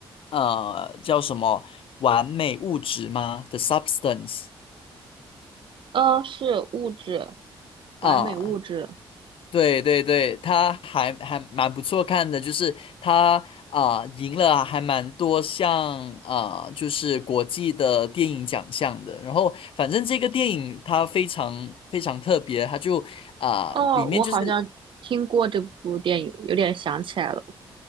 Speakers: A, on the left; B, on the right.
A: 呃叫什么？完美物质吗？The Substance
B: 呃，是物质，
A: 啊，
B: 完美物质。
A: 对对对，它还还蛮不错看的，就是它啊赢了还蛮多项啊，就是国际的电影奖项的。然后反正这个电影它非常非常特别，它就啊里面就是。
B: 哦，我好像听过这部电影，有点想起来了。